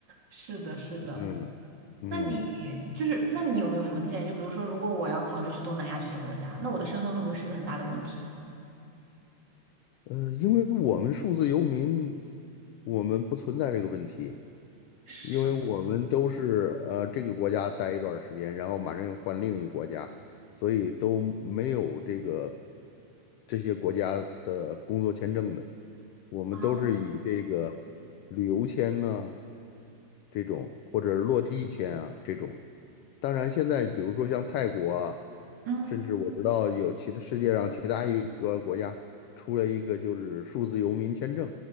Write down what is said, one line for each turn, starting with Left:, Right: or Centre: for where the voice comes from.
Right: 是的，是的。
Left: 嗯嗯，
Right: 那你就是，那你有没有什么建议？就比如说，如果我要考虑去东南亚这些国家，那我的身份会不会是一个很大的问题？
Left: 呃，因为我们数字游民，我们不存在这个问题。
Right: 什
Left: 因为我们都是呃这个国家待一段儿时间，然后马上又换另一个国家，所以都没有这个这些国家的工作签证的。我们都是以这个旅游签呢、
Right: 啊，
Left: 这种，或者是落地签啊这种。当然，现在比如说像泰国啊，
Right: 嗯，
Left: 甚至我知道有其他世界上其他一个国家出了一个就是数字游民签证。